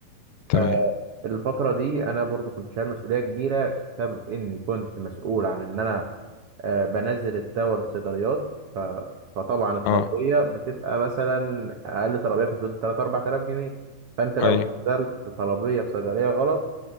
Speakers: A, on the left; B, on the right.
A: تمام
B: آه، الفترة دي أنا برضو كنت شايل مسؤولية كبيرة بسبب إني كنت مسؤول عن إن أنا آه، بنزل الدواء للصيدليات ف... فطبعا الطلبية
A: أه
B: بتبقى مثلا أقل طلبية في حدود 3 4000 جنيه فأنت لو
A: أيوه
B: نزلت طلبية في صيدلية غلط